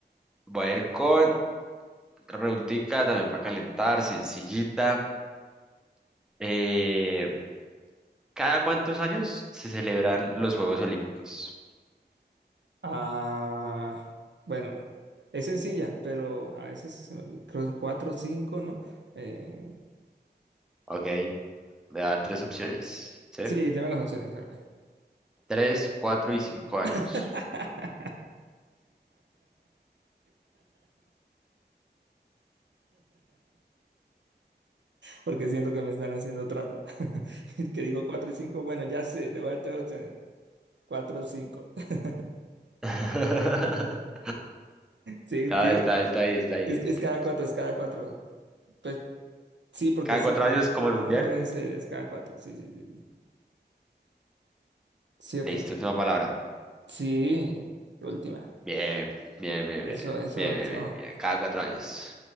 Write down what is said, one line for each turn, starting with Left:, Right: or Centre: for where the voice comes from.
Centre: voy a ir con otra preguntica también para calentar, sencillita. Eh, ¿Cada cuántos años se celebran los Juegos Olímpicos?
Right: Ah, bueno, es sencilla, pero a veces se me- creo que son cuatro o cinco, ¿no? Eh,
Centre: Ok, voy a dar tres opciones, ¿sí?
Right: sí, dame las opciones, dale.
Centre: Tres, cuatro y cinco años.
Right: <laughs> Porque siento que me están haciendo trampa. <laughs> Es que digo cuatro y cinco. Bueno, ya sé, le voy a dar tres opciones. Cuatro o cinco. <laughs>
Centre: <laughs>
Right: Sí,
Centre: Está,
Right: tiene
Centre: está,
Right: que-
Centre: está ahí, está ahí.
Right: es,
Centre: Ent-
Right: es cada cuatro, es cada cuatro. Pues sí, porque
Centre: Cada
Right: cinco
Centre: cuatro años como el mundial.
Right: no puede ser, es cada cuatro. Sí, sí, sí. Sí, ok.
Centre: Listo, última palabra.
Right: Sí, última.
Centre: Bien, bien, bien,
Right: Eso,
Centre: bien,
Right: eso,
Centre: bien,
Right: eso.
Centre: bien, bien, bien. Cada cuatro años.